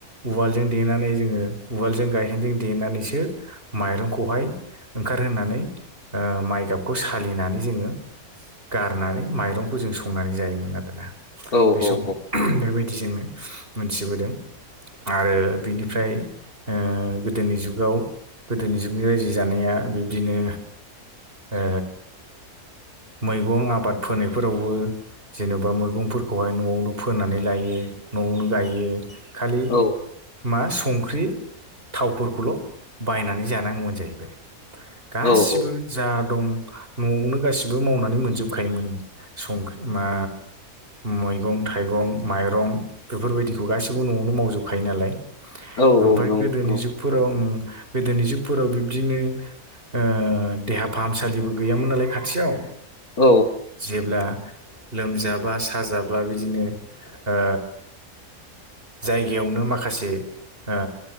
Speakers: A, on the right; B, on the left.
A: उवालजों देनानै जोङो उवालजों गायहेनजों देनानैसो माइरंखौहाय ओंखारहोनानै ओ माइगाबखौ सालिनानै जोङो गारनानै माइरंखौ जों संनानै जायोमोन आरोना
B: औ
A: बे समाव
B: औ
A: बेबायदि बिदि जोङो मोनथिबोदों। आरो बिनिफ्राय ओ गोदोनि जुगाव गोदोनि जुगनि रायजो जानाया बिब्दिनो ओ मैगं आबाद फोनायफोरावबो जेनेबा मैगंफोरखौहाय न'आवनो फोनानै लायो न'आवनो गायो खालि
B: औ
A: मा संख्रि थावफोरखौल' बायनानै जानांगौमोन जाहैबाय गासिबो
B: औ औ
A: जा दं न'आवनो गासिबो मावनानै मोनजोबखायोमोन संख्रि मा मैगं थाइगं मैगं माइरं बेफोरबायदिखौ गासैबो न'आवनो मावजोबखायो नालाय
B: औ
A: ओमफ्राय
B: औ नंगौ
A: गोदोनि
B: नंगौ
A: जुगफोराव गोदोनि जुगफोराव बिब्दिनो ओ देहा फाहामसालिबो गैयामोन नालाय खाथियाव।
B: औ
A: जेब्ला लोमजाब्ला साजाब्ला बिदिनो ओ जायगायावनो माखासे ओ